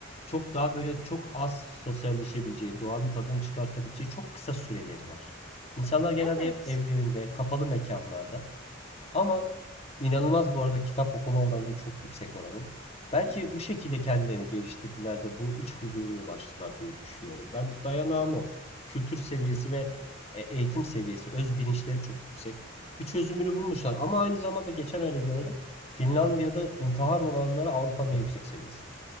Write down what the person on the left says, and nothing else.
çok daha böyle çok az sosyalleşebileceği, doğanın tadını çıkartabileceği çok kısa süreleri var. İnsanlar genelde
hep evlerinde, kapalı mekanlarda Ama inanılmaz bu arada kitap okuma oranı çok yüksek oranın. Belki
bu şekilde kendilerini geliştirdiler de bu iç huzura ulaştılar diye düşünüyorum. Ben dayanağım o. Kültür seviyesi ve e, eğitim seviyesi, öz bilinçleri çok yüksek. Bir çözümünü bulmuşlar ama aynı zamanda geçen öyle gördüm. Finlandiya'da intihar oranları Avrupa'nın en yüksek seviyesi.